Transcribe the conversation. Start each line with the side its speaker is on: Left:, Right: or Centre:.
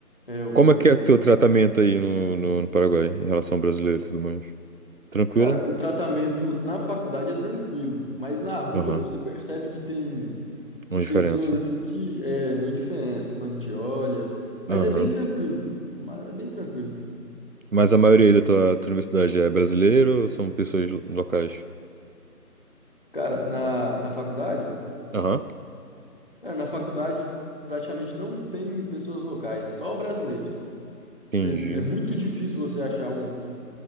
Left: é o
Right: Como
Left: pior
Right: é que
Left: que
Right: é o
Left: é.
Right: teu tratamento aí no, no, no Paraguai, em relação ao brasileiro e tudo mais? Tranquilo?
Left: Cara, o tratamento na faculdade é tranquilo, mas na rua
Right: Aham.
Left: você percebe que tem
Right: Uma diferença.
Left: pessoas assim que é uma indiferença quando te olha, mas
Right: Aham.
Left: é bem tranquilo, mas é bem tranquilo.
Right: Mas a maioria aí da tua, tua universidade é brasileiro ou são pessoas lo- locais?
Left: Cara, na, na faculdade,
Right: Aham.
Left: cara, na faculdade praticamente não tem pessoas locais, só brasileiros. Você,
Right: Entendi.
Left: é muito difícil você achar um,